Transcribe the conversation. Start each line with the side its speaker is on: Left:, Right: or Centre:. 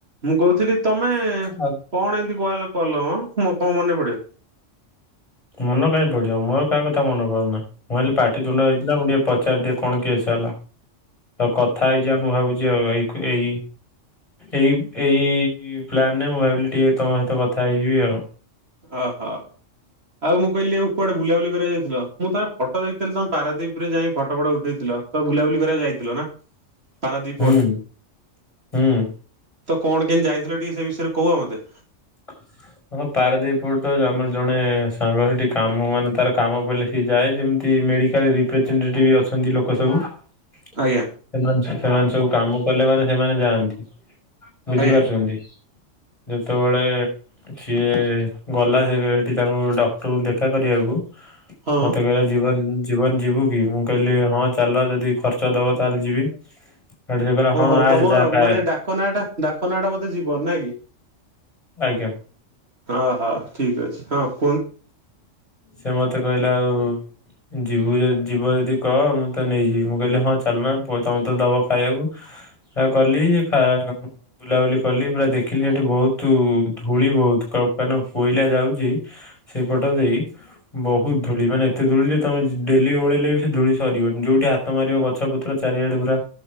Right: ମୁଁ କହୁଥିଲି ତମେ
Left: ଆଉ
Right: କଣ ଏମତି କୁଆବ ଲକଲ ମ? କଣ ମନେ ପଡ଼ଗଲା
Left: ମନ କାଇହିଁ ପଡିବ ମୋର କାହା କଥା ମନ ପଡୁନା ମୁଁ ହେଲି ପାଟି ତୁଣ୍ଡ ହେଇଥିଲା ମୁଁ ଟିକେ ପଚାରିଦିଏ କଣ କେସେହେଲା। ତ କଥା ହେଇଯା ମୁଁ ଭାବୁଛି ଆଉ ଏଇ ଏଇ ଏଇ ଏଇ ପ୍ଲାନରେ ମୁଁ ଭାବିଲି ଟିକେ ତମ ସହିତ କଥା ହେଇଯିବି ଆଉ।
Right: ଓହୋ ହୋ ଆଉ ମୁଁ କହିଲି କୁଆଡେ ବୁଲାବୁଲି କରିବାାଉ ମୁଁ ଥର ଫଟୋ ଦେଖଥିଲି ତମେ ପାରାଦୀପରେ ଯାଇ ଫୋ ଫଟ ଉଠେଇଥିଲ। ତ ବୁଲାବୁଲି କରିବାକୁ ଯାଇଥିଲ ନା ପାରାଦୀପୋଟ।
Left: ହୁଁ ହୁଁ
Right: ତ କଣ କେମତି ଯାଇଥିଲେ ଟିକେ ସେ ବିଷୟରେ କୁହ ମତେ।
Left: ହ ହଁ ପାରାଦ୍ୱୀପଟ ଆମର ଜଣେ ସାଙ୍ଗ ସେଠି କାମ ମାନେ ତାର କାମ ପଇଲେ ସି ଯାଏ ଯେମିତି ମେଡିକାଲ ରେ ରିପ୍ରେଜେଣ୍ଟ ଅଛନ୍ତି ସବୁ ସେମାନେ
Right: ଆଜ୍ଞା
Left: ସେମାନେ ସବୁ କାମ କଲେ ମାନେ ସେମାନେ ଯାଆନ୍ତି। ବୁଝିପାରୁଛନ୍ତି
Right: ଆଜ୍ଞା
Left: ଯେତେବେଳେ ସିଏ ଗଲା ସେ ଏଠି ତାଙ୍କୁ ଡକ୍ଟରଙ୍କୁ ଦେଖା କରିବାକୁ
Right: ହଁ
Left: ମତେ କହିଲା ଜୀବନ ଜୀବନ ଯିବୁ କି ମୁଁ କହିଲି ହଁ ଚାଲ ଯଦି ଖର୍ଚ୍ଚ ଦେବ ତାହେଲେ ଯିବି। ସେଠୁ ସେ କହିଲା
Right: ଓହୋ
Left: ହଁ ଆସେ
Right: ତମ
Left: ଯା ଖାଏ
Right: ମାନେ ଡାକନା ଟା ଡାକନା ଟା ବୋଧେ ଜୀବନ ନାଇଁ କି।
Left: ଆଜ୍ଞା।
Right: ହଁ ହଁ ଠିକ୍ ଅଛି ହୋଉ।
Left: ସେ ମତେ କହିଲେ ଆଉ ଯିବୁ ଯିବ ଯଦି କହ ମୁଁ ତ ନେଇଯିବି। ମୁଁ କହିଲି ହଁ ଚାଲନା ତମେ ତ ଦବ ଖାଇବାକୁ। ଆ କଲି ଯୋ ବୁଲାବୁଲି କଲି ପୁରା ଦେଖିଲି ସେଠି ବହୁତ ଧୂଳି ବହୁତ। <unintelligible> କୋଇଲା ଯାଉଛି। ସେଇପଟା ଦେଇ ବହୁତ ଧୂଳି ମାନେ ଏତେ ଧୂଳି ଯେ ତମେ ଡେଲି ଓଳେଇଲେ ବି ସେ ଧୂଳି ସରିବନି। ଯୋଉଠି ହାତ ମାରିବ ଗଛ ପତ୍ର ଚାରିଆଡେ ପୁରା